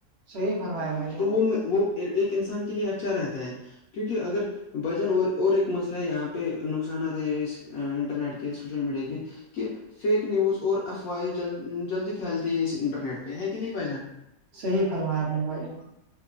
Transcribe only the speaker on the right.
صحیح فرمایا بھائی جان
ہی فرمایا اپ نے بھائی جان